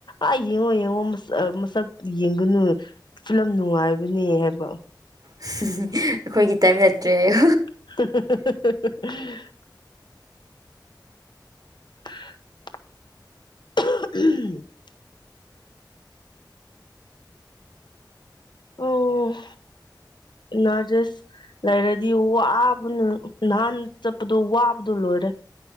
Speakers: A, on the left; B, on the right.
A: ꯑ ꯌꯦꯡꯉꯣ ꯌꯦꯡꯉꯣꯁ ꯃꯁꯛ ꯌꯦꯡꯒꯅꯨ ꯐꯤꯂꯝ ꯅꯨꯡꯉꯥꯏꯕꯅꯦ ꯍꯥꯏꯕ
B: ꯑꯩꯈꯣꯏꯒꯤ ꯇꯥꯏꯝ ꯅꯠꯇ꯭ꯔꯦꯌ
A: <unintelligible> <unintelligible> <unintelligible> ꯑꯣ ꯅꯗꯁ ꯂꯥꯏꯔ ꯗꯤ ꯋꯥꯕꯅ ꯅꯍꯥꯟ ꯆꯠꯄꯗꯣ ꯋꯥꯕꯗꯣ ꯂꯣꯏꯔꯦ